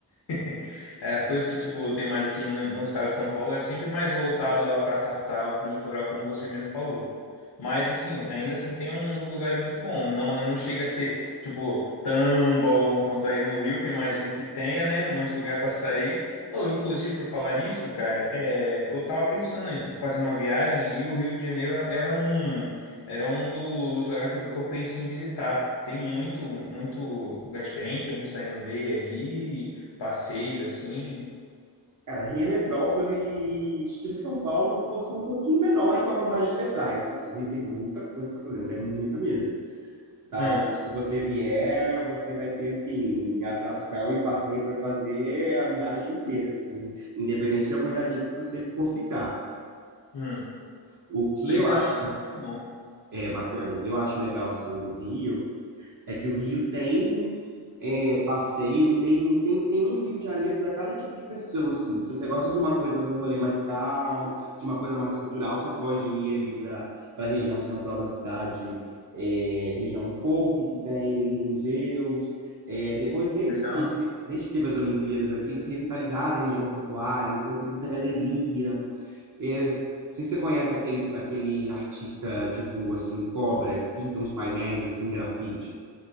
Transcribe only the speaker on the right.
Cara, Rio é metrópole, estilo São Paulo, uma porção um pouquinho menor e com a vontade de ter praia. Então, assim, o Rio tem muita coisa para fazer, mas é muita mesmo. Então,
se você vier, você vai ter assim atração e passeio para fazer a viagem inteira, assim, independente da quantidade de dias que você for ficar.
O que
eu acho
é bacana, o que eu acho legal assim do Rio é que o Rio tem é, passeio e tem, tem, tem um Rio de Janeiro para cada tipo de pessoa, assim. Se você gosta de uma coisa, de um rolê mais calmo, de uma coisa mais cultural, você pode ir ali para para a região central da cidade, é, região do Porto, que tem uns museus. É, depois, desde
que, desde que teve as Olimpíadas aqui, eles revitalizaram a região portuária, então tem muita galeria. É, não sei se você conhece aquele, aquele artista de rua, assim, Cobra, que pinta uns painéis, assim, em grafite.